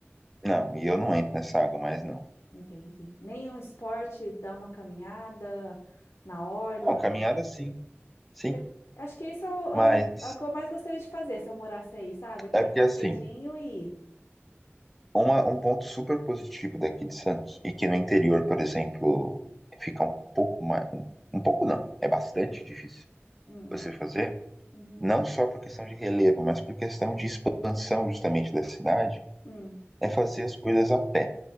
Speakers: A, in the centre; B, on the left.
A: Não, e eu não entro nessa água mais, não.
B: Entendi. Nenhum esporte, dar uma caminhada na orla.
A: Não, caminhada sim, sim.
B: Que- acho que isso é o,
A: Mas
B: é o- é o que eu mais gostaria de fazer se eu morasse aí, sabe? Acordar
A: é porque assim,
B: cedinho e ir.
A: uma- um ponto super positivo daqui de Santos, e que no interior, por exemplo, fica um pouco mais. Um, um pouco não, é bastante difícil
B: Hum,
A: você fazer,
B: uhum,
A: não só por questão de relevo, mas por questão de expansão justamente da cidade,
B: hum,
A: é fazer as coisas a pé.